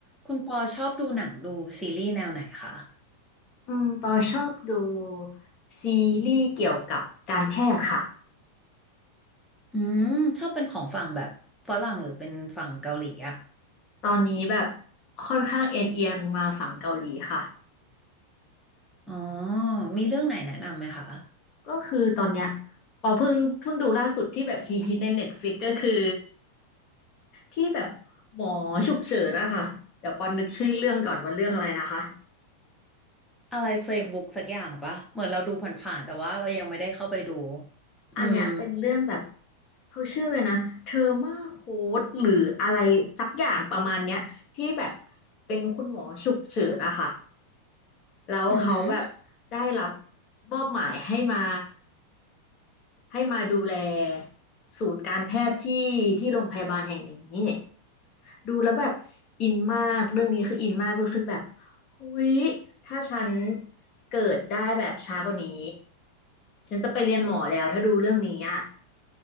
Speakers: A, in the centre; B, on the left (about 35°).
A: คุณปอชอบดูหนังดูซีรีส์แนวไหนคะ
B: อืมปอชอบดูซีรีส์เกี่ยวกับการแพทย์ค่ะ
A: อืมชอบเป็นของฝั่งแบบฝรั่งหรือเป็นฝั่งเกาหลีอะ
B: ตอนนี้แบบค่อนข้างเอ็นเอียงมาฝั่งเกาหลีค่ะ
A: อ๋อมีเรื่องไหนแนะนำไหมคะ
B: ก็คือตอนเนี้ยปอเพิ่งเพิ่งดูล่าสุดที่แบบฮิตฮิตในเน็ตฟลิกก็คือที่แบบหมอฉุกเฉินนะคะเดี๋ยวปอนึกชื่อเรื่องก่อนว่าเรื่องอะไรนะคะ
A: อะไร Playbook สักอย่างปะเหมือนเราดูผ่านๆแต่ว่าเรายังไม่ได้เข้าไปดูอืม
B: อันเนี้ยเป็นเรื่องแบบเขาชื่อเลยนะเทอร์มาโค้ดหรืออะไรสักอย่างประมาณเนี้ยที่แบบเป็นคุณหมอฉุกเฉินนะคะ แล้วเขาแบบได้รับ
A: อือหือ
B: มอบหมายให้มาให้มาดูแลศูนย์การแพทย์ที่ที่โรงพยาบาลแห่งนี้ดูแล้วแบบอินมากเรื่องนี้คืออินมากรู้สึกแบบเฮ้ยถ้าฉันเกิดได้แบบช้ากว่านี้ฉันจะไปเรียนหมอแล้วถ้าดูเรื่องนี้อ่ะ